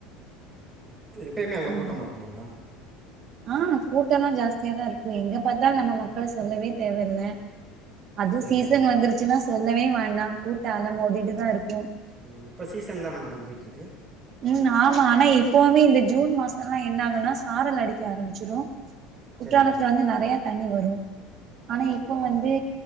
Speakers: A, on the right; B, on the right.
A: பே எப்பையுமே அங்க கூட்டமா
B: ம்
A: இருக்குமா மேடம்
B: ஆ கூட்டல்லா ஜாஸ்தியாதா இருக்கும் எங்க பாத்தாலும் நம்ம மக்கள சொல்லவே தேவையில்ல அதுவு
A: சரி
B: சீசன்
A: மேடம்
B: வந்துருச்சுன்னா சொல்லவே வேண்டா கூட்ட அல மோதிட்டு தா இருக்கும்
A: ம் இப்ப சீசன் தானே மேடம் போயிட்ருக்கு
B: ம் ஆமா ஆனா இப்பவுமே இந்த ஜூன் மாசோல்லா என்ன ஆகுனா சாரல் அடிக்க ஆரம்பிச்சிரூ குற்றாலத்துல
A: சரி மேடம்
B: வந்து நறையா தண்ணி வரூ ஆனா இப்போ வந்து